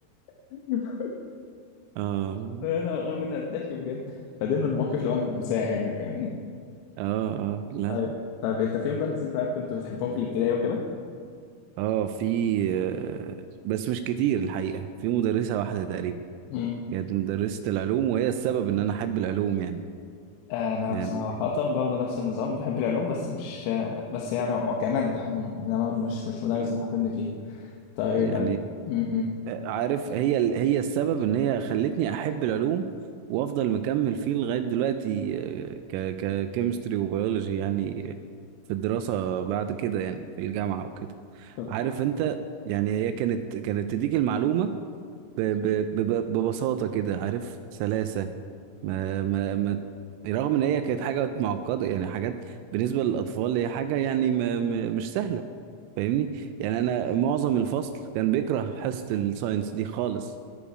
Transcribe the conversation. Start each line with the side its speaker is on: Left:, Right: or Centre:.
Left: <laughs>
Right: اه
Left: يا نهار ابيض على الضحك بجد فدي من المواقف اللي عمري ما انساها يعني فاهمني
Right: اه اه لا
Left: طيب
Right: لا
Left: طيب انت في مدرسين طيب كنت بتحبهم في الابتدائي وكده؟
Right: اه في آه، بس مش كتير الحقيقة في مدرسة واحدة تقريبا
Left: مم.
Right: كانت مدرسة العلوم وهي السبب ان انا احب العلوم يعني
Left: انا
Right: يعني
Left: صراحة برضه نفس النظام بحب العلوم بس مش بس يعني هو كمادة عموما انما مش مش مدرس
Right: مم.
Left: اللي حاططني فيه طيب
Right: يعني
Left: أد- م- م.
Right: عارف هي ال- هي السبب ان هي خلتني احب العلوم وافضل مكمل فيه لغايه دلوقتي آه، ك ككيمستري وبيولوجي يعني في الدراسه بعد كده يعني في الجامعه وكده
Left: طب،
Right: عارف انت يعني هي كانت كانت تديك المعلومه ب ب ب ببساطه كده عارف سلاسه ما ما ما رغم ان هي كانت حاجه معقده يعني حاجات بالنسبه للاطفال هي حاجه يعني ما ما- مش سهله فاهمني يعني انا معظم الفصل كان بيكره حصة الساينس دي خالص